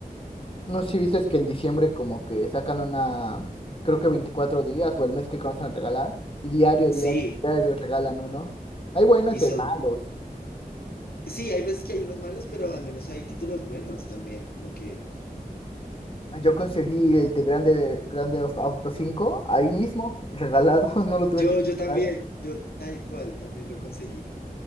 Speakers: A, on the left; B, on the left.
A: no sé si viste que en diciembre como que sacan una, creo que 24 días o el mes que comienzan a regalar. Y diario,
B: sí,
A: diario, diario regalan uno. Hay buenos
B: y
A: y
B: son,
A: hay malos.
B: sí, hay veces que hay unos malos, pero al menos hay títulos buenos también, como que
A: Yo conseguí el de Grande, Grande of Auto cinco ahí mismo, regalado, <laughs> no lo tuve
B: Yo,
A: que comprar.
B: yo también, yo tal cual también lo conseguí.